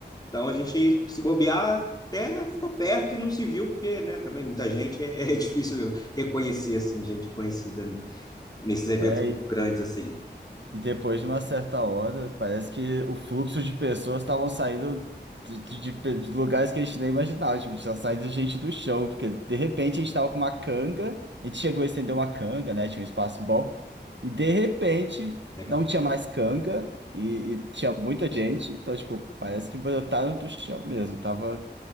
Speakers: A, on the left; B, on the right.
A: Então a gente se bobear até ficou perto e não se viu, porque, né, também muita gente é, é difícil reconhecer, assim, gente conhecida nesses eventos
B: É,
A: muito grandes, assim.
B: E depois de uma certa hora, parece que o fluxo de pessoas estavam saindo de, de- de pe- de lugares que a gente nem imaginava. Tipo, tinha saído gente do chão, porque de repente a gente estava com uma canga, a gente chegou a estender uma canga, né? Tinha um espaço bom. E de repente
A: Legal.
B: não tinha mais canga e, e tinha muita gente. Então, tipo, parece que brotaram do chão mesmo. Tava,